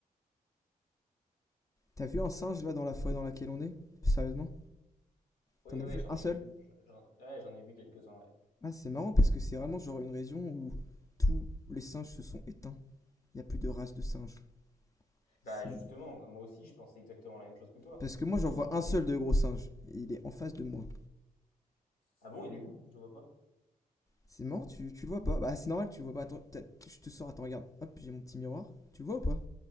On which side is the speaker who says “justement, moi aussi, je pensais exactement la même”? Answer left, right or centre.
Left